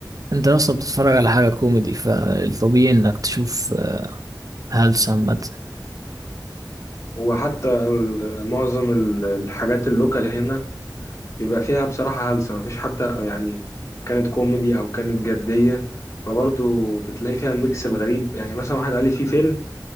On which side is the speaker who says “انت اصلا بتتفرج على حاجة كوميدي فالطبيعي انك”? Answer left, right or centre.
Right